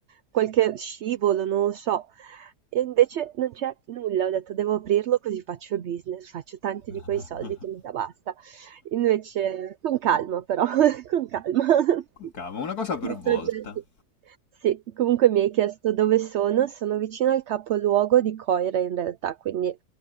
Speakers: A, on the right; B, on the left.
A: qualche scivolo, non lo so. E invece non c'è nulla, ho detto devo aprirlo così faccio business, faccio tanti di
B: <laughs>
A: quei soldi che mi da basta. Invece con calma però. <laughs> Con calma. <laughs>
B: Con calma, una cosa per
A: Di
B: volta.
A: progetti. Sì, comunque mi hai chiesto dove sono. Sono vicino al capoluogo di Coira in realtà, quindi